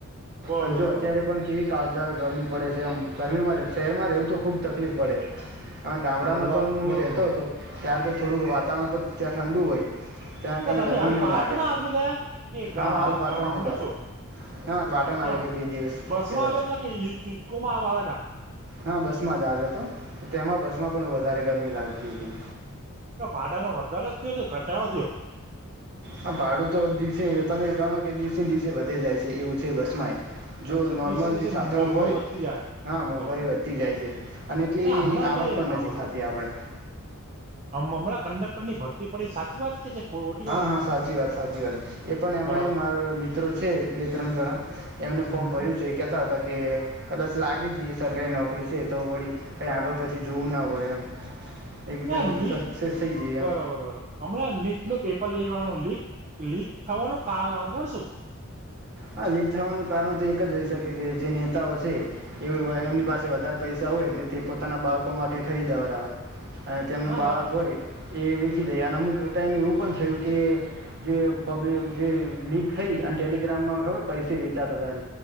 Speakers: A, on the right; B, on the right.
A: બરોબર
B: અને જો
A: બરોબર
B: અત્યારે પણ કેવી. તા જ ગરમી પડે છે એમ ગરમીમાં શહેરમાં રહેવું તો ખુબ તકલીફ પડે. અને ગામડામાં
A: હમ, બલા
B: તો હું
A: ના
B: રહેતો
A: ના.
B: હતો ત્ય્યારે તો થોડુંક વાતાવરણ પણ ત્યાં ઠંડુ હોય. ત્યા
A: કે
B: કઈ
A: તમે
B: ગરમી
A: હાલ
B: ના
A: પાટણા
B: લાગે
A: આવી ગયા કે ગામ
B: હા હાલ પાટણ
A: ગામડે
B: જ આવે.
A: છો
B: ના
A: બરાબર
B: પાટણ
A: ક્યાં
B: આવી. ગયો બે દિવસ
A: બસ
B: પહેલાં
A: માં આવ્યા
B: જ
A: હતા કે ઇ ઇ ઇકો મા આવા તા.
B: હા બસ માં જ આવ્યો હતો તેમાં બસ માં પણ વધારે ગરમી લાગતી હતી.
A: કે ભાડાનો વધારે થયો કે ઘટાડો થયો.
B: હા ભાડું તો દિવસે તમે ગણો કે દિવસે દિવસે વધે જાય છે એવું છે બસમાંય. જો
A: અચ્છા
B: નોર્મલ
A: દિવસે દિવસે
B: જે સાધનો
A: મોંઘવારી
B: હોય.
A: વધતી જાય
B: હા મોંઘવારી
A: બરોબર
B: વધતી જાય છે અને એટલી
A: એ હમણાં અમે
B: આવક પણ
A: હા
B: નથી
A: બોલો
B: થતી
A: બોલો
B: આપણે
A: હમ હમણાં કંડક્ટર ની ભરતી પડી સાચી વાત. <inaudible>
B: હા હા સાચી વાત સાચી વાત એ પણ એમાં
A: બરાબર
B: મારા મિત્રો છે બે ત્રણ જણા એમને
A: હમ
B: ફોર્મ ભર્યું છે કેતા હતા કે. કદાચ લાગી જઈ સરકારી નોકરી છે તો વળી કઈ આગળ પછી જોવું ના પડે એમ એકદમ
A: ના નીટ
B: સક્સેસ
A: નુ
B: થઈ જઈએ
A: બરાબર
B: એમ
A: બરાબર. હમણાં નીટ નું પેપર લેવાનું લીક લીક થવાનું કારણ શું.
B: હા લીક થવાનું કારણ તો એક જ હોય શકે કે જે નેતાઓ છે એ એમની પાસે વધારે પૈસા તા હોય એટલે તે પોતાના બાળકો માટે ખરીદાવરા અને તેમનું
A: ના
B: બાળક
A: બ
B: હોય. એ વેચી દઈ અને અમુક ટાઈમ એવું પણ થયું કે. જે પબ જે લીક થઈ અને ટેલિગ્રામમાં ખબર પૈસા વેચાતા હતા